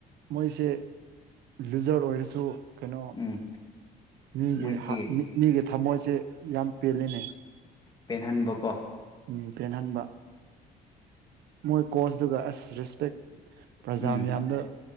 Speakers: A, on the right; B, on the left.
A: ꯃꯣꯏꯁꯦ ꯂꯨꯖꯔ ꯑꯣꯏꯔꯁꯨ ꯀꯩꯅꯣ
B: ꯎꯝ
A: ꯃꯤꯒꯤ
B: ꯃꯣꯏꯒꯤ
A: ꯃꯤꯒꯤ ꯊꯝꯃꯣꯏꯁꯦ ꯌꯥꯝ ꯄꯦꯜꯂꯤꯅꯦ
B: ꯄꯦꯟꯍꯟꯕ ꯀꯣ
A: ꯎꯝ ꯄꯦꯟꯍꯟꯕ ꯃꯣꯏ ꯀꯣꯁꯇꯒ ꯑꯁ ꯔꯦꯁꯄꯦꯛ ꯄ꯭ꯔꯖꯥ
B: ꯎꯝ
A: ꯃꯌꯥꯝꯗ